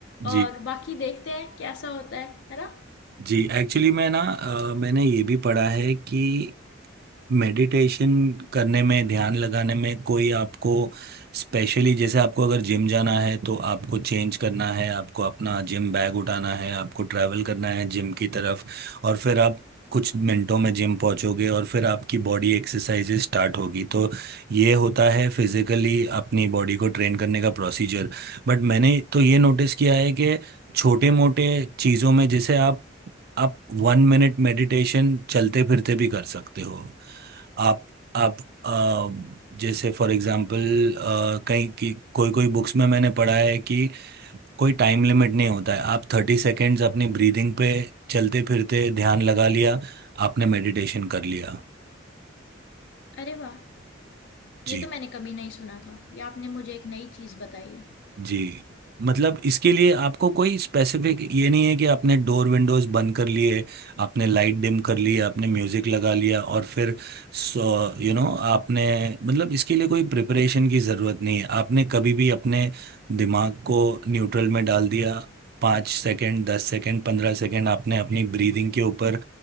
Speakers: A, on the left; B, on the right.
A: और
B: जी
A: बाकी देखते हैं कैसा होता है है ना
B: जी एक्चुअली मैं ना अ, मैंने ये भी पढ़ा है कि मेडिटेशन करने में ध्यान लगाने में कोई आपको स्पेशली जैसे आपको अगर जिम जाना है तो आपको चेंज करना है आपको अपना जिम बैग उठाना है आपको ट्रैवल करना है जिम की तरफ और फिर आप कुछ मिनटों में जिम पहुंचोगे और फिर आपकी बॉडी एक्सरसाइजेज स्टार्ट होगी तो ये होता है फिजिकली अपनी बॉडी को ट्रेन करने का प्रोसीजर बट मैंने तो ये नोटिस किया है कि छोटे मोटे चीज़ों में जैसे आप आप वन मिनट मेडिटेशन चलते फिरते भी कर सकते हो आप आप अम, जैसे फॉर एग्जांपल अ, कहीं की कोई कोई बुक्स में मैंने पढ़ा है कि कोई टाइम लिमिट नहीं होता है आप थर्टी सेकेंड्स अपनी ब्रीदिंग पे चलते फिरते ध्यान लगा लिया आपने मेडिटेशन कर लिया
A: अरे वाह
B: जी
A: ये तो मैंने कभी नहीं सुना था ये आपने मुझे एक नई चीज़ बताई है
B: जी। मतलब इसके लिए आपको कोई स्पेसिफ़िक ये नहीं है कि आपने डोर विंडोज़ बंद कर लिए, आपने लाइट डिम कर ली, आपने म्यूज़िक लगा लिया और फिर सो यू नो आपने मतलब इसके लिए कोई प्रिपरेशन की ज़रूरत नहीं है। आपने कभी भी अपने दिमाग को न्यूट्रल में डाल दिया, 5 सेकंड, 10 सेकंड, 15 सेकंड आपने अपनी ब्रीदिंग के ऊपर